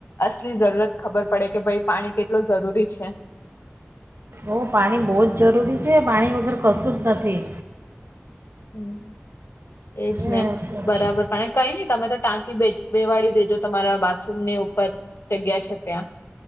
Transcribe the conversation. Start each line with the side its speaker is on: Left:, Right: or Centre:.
Left: અસલી જરૂરત ખબર પડે કે ભાઈ પાણી કેટલું જરૂરી છે.
Right: ઓ પાણી બહુ જ જરૂરી છે પાણી વગર કશું જ નથી.
Left: હમ. એજને,
Right: એ,
Left: બરાબર પણ કઈ નઈ તમે તો ટાંકી બેઠ બેવાડી દેજો તમારા બાથરૂમ ની ઉપર જગ્યા છે ત્યાં.